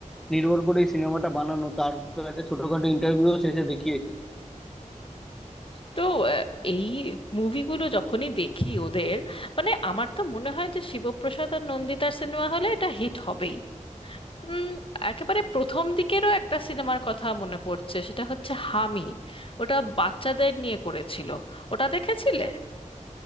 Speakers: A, in the centre; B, on the left (about 40°).
A: নির্ভর করে এই সিনেমাটা বানানো তার তো একটা ছোটখাটো ইন্টারভিউ শেষে দেখিয়েছিল
B: তো আহ, এই মুভিগুলো যখনই দেখি ওদের মানে আমার তো মনে হয় যে শিবপ্রসাদ আর নন্দিতার সিনেমা হলে এটা হিট হবেই উম, একেবারে প্রথম দিকেরও একটা সিনেমার কথা মনে পড়ছে সেটা হচ্ছে হামি ওটা বাচ্চাদের নিয়ে করেছিল ওটা দেখেছিলে